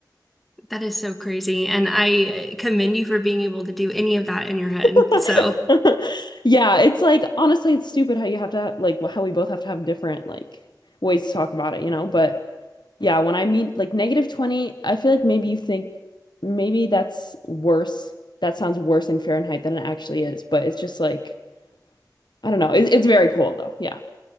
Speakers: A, in the centre; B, on the left.
A: That is so crazy. And I uh, commend you for being able to do any of that in your head.
B: <laughs>
A: So,
B: Yeah, it's like honestly it's stupid how you have to have, like how we both have to have different like ways to talk about it, you know? But yeah, when I mean like negative 20, I feel like maybe you think maybe that's worse. That sounds worse in Fahrenheit than it actually is, but it's just like I don't know. It, it's very cold though. Yeah.